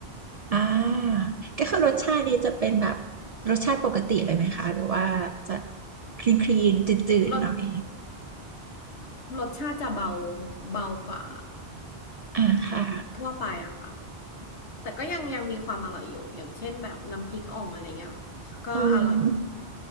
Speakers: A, on the right; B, on the left.
A: อ่าก็คือรสชาตินี้จะเป็นแบบรสชาติปกติเลยไหมคะหรือว่าจะคลีนคลีนจืดๆหน่อย
B: รสรสชาติจะเบาเบากว่า
A: อ่าค่ะ
B: ทั่วไปอะค่ะแต่ก็ยังยังมีความอร่อยอยู่อย่างเช่นแบบน้ำพริกอ่องอะไรเงี้ยก็อร่อยอยู่
A: อืม